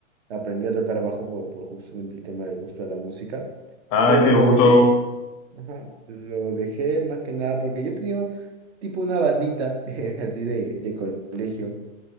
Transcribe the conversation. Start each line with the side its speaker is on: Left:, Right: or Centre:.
Right: aprendí a tocar bajo por, por justamente el tema del gusto de la música,
Left: Ay,
Right: pero
Left: qué gusto
Right: lo dejé, ajá, lo dejé más que nada porque yo tenía tipo una bandita <laughs> así de, de colegio.